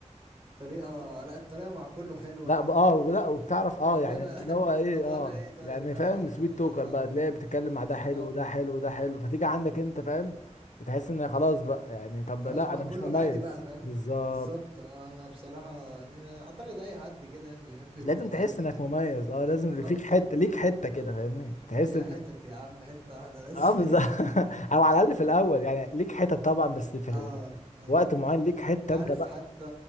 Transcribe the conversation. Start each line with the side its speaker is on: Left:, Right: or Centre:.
Right: الطريقه لا الطريقه مع كله حلوه
Left: لا ب- اه لا وبتعرف اه
Right: طب
Left: يعني
Right: وانا
Left: اللي
Right: <laughs>
Left: هو ايه
Right: طب وانا
Left: اه
Right: ايه طيب
Left: يعني
Right: اه
Left: فاهم
Right: يعني
Left: سويت
Right: انا
Left: توكر
Right: اه
Left: بقى تلاقي بتتكلم مع
Right: بالظبط
Left: ده حلو وده حلو وده حلو
Right: بالظبط
Left: فتيجي
Right: بالظبط
Left: عندك انت فاهم بتحس ان خلاص بقى يعني طب
Right: خلاص
Left: لا
Right: مع
Left: انا
Right: كله
Left: مش مميز
Right: عادي بقى فاهم
Left: بالظبط
Right: بالظبط آه، انا بصراحة يعني اعتقد اي حد كده يعني بيحب يبقى
Left: لازم
Right: مميز
Left: تحس
Right: في
Left: انك
Right: حاجة
Left: مميز اه لازم
Right: بالظبط
Left: اللي فيك حته ليك حته كده فاهمني تحس
Right: ليا
Left: ان
Right: حتت يا عم حتة واحدة بس
Left: اه بالظبط
Right: <laughs> يعني
Left: <laughs> او على الاقل في الاول يعني ليك حته طبعا بس في في
Right: اه ايوه
Left: وقت معين ليك حته
Right: عارف
Left: انت بقى
Right: حتى